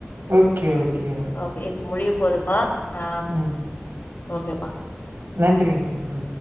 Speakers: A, on the right; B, on the left.
A: ஓகே ஓகே ஓ
B: ஓகே இப்ப முடிய போதுப்பா நா
A: ம்
B: ஓகேபா
A: நன்றிங்க ம்